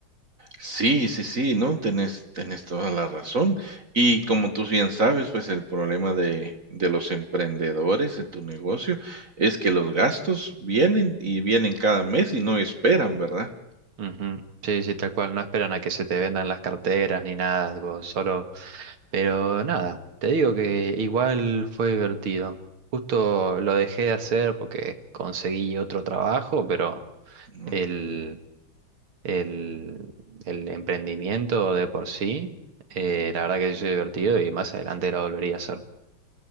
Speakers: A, on the right; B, on the right.
A: Sí, sí, sí, no, tenés, tenés toda la razón. Y como tú bien sabes, pues el problema de, de los emprendedores en tu negocio es que los gastos vienen y vienen cada mes y no esperan, ¿verdad?
B: Ujú. Sí, sí, tal cual. No esperan a que se te vendan las carteras ni nada, tipo, solo... Pero nada, te digo que igual fue divertido. Justo lo dejé de hacer porque conseguí otro trabajo, pero...
A: Ujú.
B: El, el, el emprendimiento de por sí, eh, la verdad que sí es divertido y más adelante lo volvería a hacer.